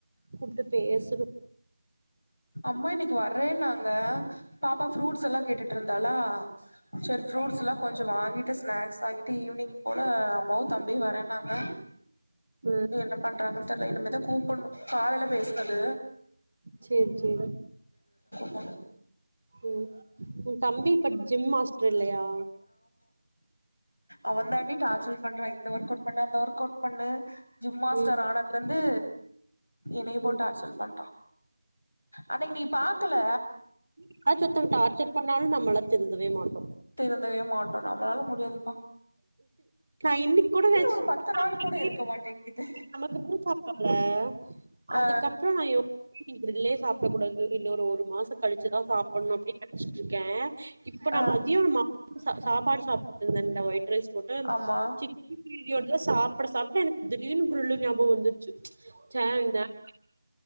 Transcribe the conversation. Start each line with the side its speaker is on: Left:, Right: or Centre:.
Right: கூப்ட்டு பேசணு
Left: அம்மா இன்னக்கி வர்றேன்னாங்க பாப்பா ஃப்ரூட்ஸ் எல்லா கேட்டுட்ருந்தாலா சரி ஃப்ரூட்ஸ்லா கொஞ்சொ வாங்கிட்டு ஸ்நாக்ஸ் வாங் டி ஈவ்னிங் போல அம்மாவு தம்பியு வரன்னாங்க
Right: ம்
Left: என்ன பண்றாங்கன் தெர்ல இன்னமேதா கூப்புண்ணு காலைல பேஸ்னது
Right: சேரி சேரி
Left: புண்ணு
Right: ம் உ தம்பி இப்ப ஜிம் மாஸ் ல்லலா
Left: அவந் தாண்டி டாச்சல் பண்ற இந்த ஒர்க் அவுட் பண்ணு அந்த ஒர்க் அவுட் பண்ணு ஜிம் மாஸ்டர்
Right: ம்
Left: ஆனத்லெர் ந்து என்னையு போட்
Right: ம்
Left: டார்சல் பண்றா அன்னக்கி நீ பாக்கல
Right: யாராச்சு ஒருத்தங்க டார்ச்சர் பண்ணாலு நம்மலா திருந்தவே மாட்டோ
Left: திருந்தவே மாட்டோ நம்மளால முடியாது ஓ
Right: நா இன்னைக்கு கூட நெனச்ச
Left: ஒரு பத்து
Right: <unintelligible>
Left: நாள் கூட இருக்க மாட்டேங்குது
Right: சாப்பல்ல அதுக்கப்றோ
Left: ஆ
Right: நா வீட்ல சாப்டக் கூடாது இன்னொரு ஒரு மாச கழிச்சுதா சாப்புட்ணு அப்டின்னு நெனச்சிட்ருக்க இப்ப நா
Left: ஆ
Right: மதியானமா ச சாப்பாடு சாப்ட்டு <unintelligible> ட்ரஸ் ஒட்ட
Left: ஆமா
Right: <inaudible> எ சாப்ட சாப்ட் ட எனக்கு திடீரெனு <unintelligible> ஞாபகோ வந்து <unintelligible>